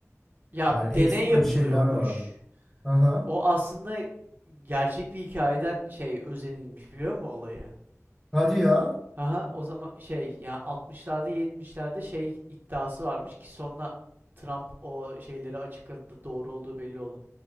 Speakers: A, on the right; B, in the centre.
A: ya
B: Yani ekstra
A: deney yapılıyormuş.
B: bir şeyler vardı. Aha.
A: O aslında gerçek bir hikayeden şey özenilmiş biliyor musun olayı?
B: Hadi ya.
A: Aha o zaman şey ya altmışlarda yetmişlerde şey iddiası varmış ki sonra Trump o şeyleri açıkladı doğru olduğu belli oldu.